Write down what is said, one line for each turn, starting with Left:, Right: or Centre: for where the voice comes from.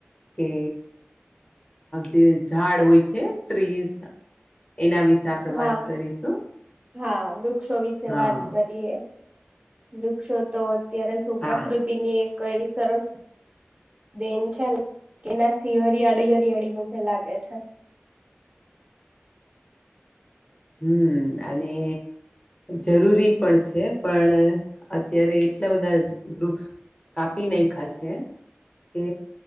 Left: કે જે ઝાડ હોય છે, ટ્રીઝ એના વિશે આપણે વાત,
Right: હા
Left: કરીશું
Right: હા, વૃક્ષો વિશે
Left: હા
Right: વાત કરીએ, વૃક્ષો તો અત્યારે, શું
Left: હા
Right: પ્રકૃતિની એક એવી સરસ દેન છે, ને એનાથી હરિયાળી, હરિયાળી બધે લાગે છે.
Left: હમ, અને જરૂરી પણ છે, પણ અત્યારે એટલા બધા વૃક્ષ કાપી નાખા છે, કે